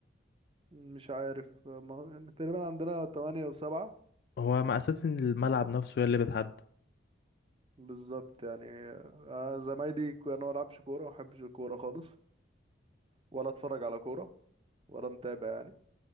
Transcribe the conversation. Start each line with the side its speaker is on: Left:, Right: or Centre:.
Right: مش عارف ما هو يعني تقريبا عندنا تمانية وسبعة
Left: هو مقاسات الملعب
Right: اه
Left: نفسه هي اللي بتحدد
Right: بالظبط يعني آه، زمايلي ك- يعني انا ما بلعبش كورة ما بحبش الكورة خالص ولا اتفرج على كورة ولا متابع يعني